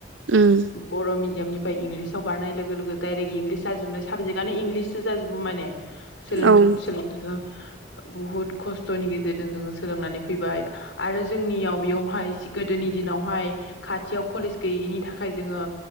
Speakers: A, on the right; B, on the left.
A: उम
B: बर' मिडियामनिफ्राय इंग्लिसाव बारनाय लोगो लोगो डाइरेक्ट इंलिस जाजोबनाय साबजेक्टआनो इंलिसो जाजोबो माने। सोलों
A: औ औ
B: सोलोंथाइखौ बुहुद खस्थ'नि गेजेरजों जोङो सोलोंनानै फैबाय आरो जोंनियाव बेयावहाय गोदोनि दिनावहाय खाथियाव कलेज गैयैनि थाखाय जोङो